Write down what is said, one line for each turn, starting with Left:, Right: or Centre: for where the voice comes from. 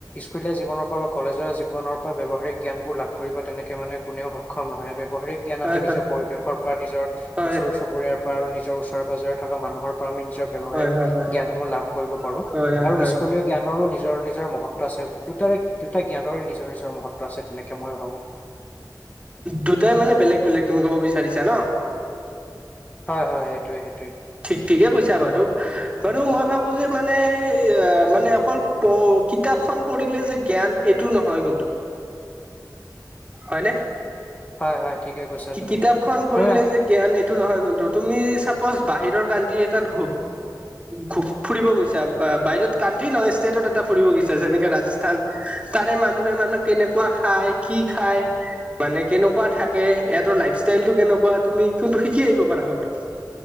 Left: স্কুলীয়া জীৱনৰ পৰা বা কলেজৰ জীৱনৰ পৰা ব্যৱহাৰিক জ্ঞানবোৰ লাভ কৰিব, তেনেকে মানে কোনেও সক্ষম নহয়, ব্যৱহাৰিক জ্ঞান
Right: হয়
Left: আমি
Right: হয়
Left: নিজৰ পৰিৱেশৰ পৰা, নিজৰ
Right: হয়
Left: ওচৰ চুবুৰীয়াৰ পৰা, আৰু নিজৰ ওচৰে পাজৰে থকা মানুহৰ পৰা আমি নিজৰ ব্যৱহাৰিক
Right: হয় হয়
Left: জ্ঞানসমূহ লাভ কৰিব পাৰো,
Right: হয় হয় হয়
Left: আৰু
Right: হয়
Left: স্কুলীয় জ্ঞানৰো নিজৰ নিজৰ মহত্ব আছে দুটাৰে দুটা জ্ঞানৰে নিজৰ নিজৰ মহত্ব আছে তেনেকে মই ভাবো
Right: দুটাই মানে বেলেগ বেলেগ তুমি কব বিচাৰিছা ন
Left: হয় হয় সেইটোৱে সেইটোৱে
Right: ঠিক ঠিকেই কৈছা বাৰু আৰু মই ভাবোঁ যে মানে মানে অকল প কিতাপখন পঢ়িলে যে জ্ঞান এইটো নহয় কিন্তু হয়নে
Left: হয় হয় ঠিকে কৈছা তুমি
Right: কিতাপখন পঢ়িলে
Left: তুমি
Right: যে জ্ঞান এইটো নহয় কিন্তু তুমি চাপ'জ বাহিৰৰ কাউনটি এটাত ঘ ঘ ফুৰিব গৈছা বাহিৰত কাউনট্ৰি নহয় ষ্টেটত এটা ফুৰিব গৈছা যেনেকে ৰাজস্থান তাৰে মানুহে মানুহ কেনেকুৱা খায় কি খায়? মানে কেনেকুৱা থাকে ইহঁতৰ লাইফষ্টাইলটো কেনেকুৱা তুমি কিন্তু শিকি আহিব পাৰা হটো